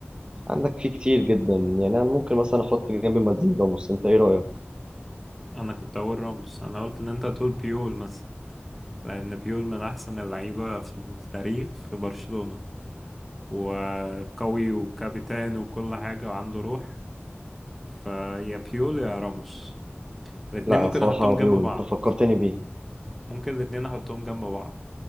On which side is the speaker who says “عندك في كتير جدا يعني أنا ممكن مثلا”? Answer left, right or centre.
Right